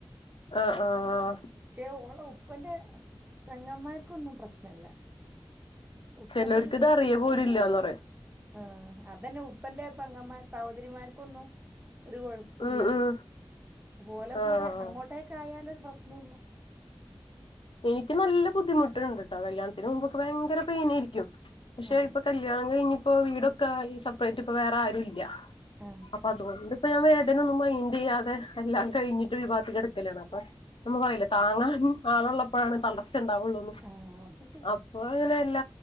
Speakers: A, on the left; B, on the right.
A: ആഹ് ആഹ് ആഹ്
B: പഷേ ഓളെ ഉപ്പന്റെ പെങ്ങൻമാർക്കൊന്നും പ്രശ്നല്ല ഉപ്പന്റെ
A: ചെലവർക്ക് ഇത് അറിയ പോലുംല്ലന്ന് പറയും
B: ആഹ് അതന്നെ ഉപ്പന്റെ പെങ്ങൻമാർ സഹോദരിമാർക്കൊന്നും ഒരു കൊഴപ്പൊല്ല
A: ഉം ഉം
B: ഒലെകൂടെ
A: ആഹ്
B: അങ്ങോട്ടേക്കായാല് ഒരു പ്രശ് ഒന്നുല്ല
A: എനിക്ക് നല്ല ബുദ്ധിമുട്ടുണ്ട്ട്ടോ കല്യാണത്തിന് മുമ്പൊക്കെ ഭയങ്കര പെയിന് ആരിക്കും പഷേ
B: ആ
A: ഇപ്പൊ കല്യാണം കഴിഞ് ഇപ്പോ വീടൊക്കെ ഈ സെപ്പറേറ്റ് ഇപ്പ വേറെ ആരും ഇല്ല
B: ആ
A: അപ്പൊ അത് കൊണ്ട് ഇപ്പൊ ഞാൻ വേദന ഒന്നും മൈന്റ് ചെയ്യാതെ എല്ലാം കഴിഞ്ഞിട്ട് ഒര് ഭാഗത്ത് കേടക്കലാണ് അപ്പൊ നമ്മ പറയില്ല താങ്ങാ ഉം ആളുള്ളപ്പോഴാണ് തളർച്ച ഉണ്ടാവൊള്ളൂന്ന്
B: ആ അത് ശരിയാ
A: അപ്പൊ അങ്ങനെല്ല